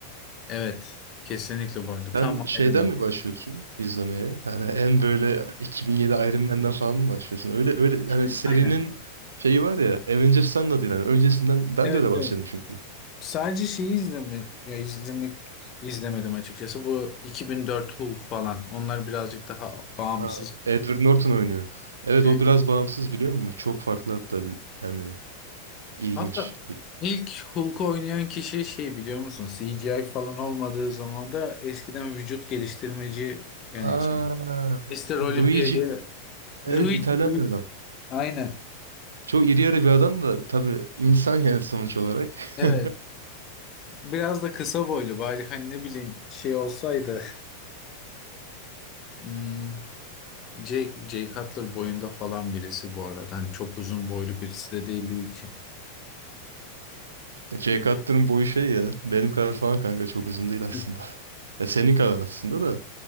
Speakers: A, on the left; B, on the right.
A: Evet, kesinlikle bu arada. Tam
B: Sen şeyden
A: Iron Man.
B: mi başlıyorsun izlemeye? Hani en böyle 2007 Iron Man'den falan mı başlıyorsun? Öyle öyle
A: gibi.
B: hani serinin
A: Aynen.
B: şeyi var ya Avengers'tan da değil. yani. öncesinden ben
A: Evet,
B: de öyle başladım
A: evet.
B: çünkü.
A: Sadece şeyi izleme, ya izlemek izlemedim açıkçası. Bu 2004 Hulk falan. Onlar birazcık daha bağımsız.
B: Ha, Edward Norton oynuyor. Evet
A: E,
B: o biraz bağımsız biliyor musun? Çok farklı hatta yani ilginç.
A: Hatta İlk Hulk'u oynayan kişi şey biliyor musun? CGI falan olmadığı zaman da eskiden vücut geliştirmeci yani
B: Aa,
A: şey, Mr. Olympia'yı
B: Luigi evet
A: Luigi,
B: İtalyan
A: Luigi.
B: bir adam.
A: Aynen.
B: Çok iri yarı bir adam da tabii insan yani sonuç olarak.
A: Evet.
B: <laughs>
A: Biraz da kısa boylu bari hani ne bileyim şey olsaydı <laughs> hmm, Jake, Jake Cutler boyunda falan birisi bu arada. Hani çok uzun boylu birisi de değil Luigi.
B: Ya C kattının boyu şey ya. Benim kadar falan kanka çok uzun değil
A: <laughs>
B: aslında. <laughs> Ya senin kadar aslında da.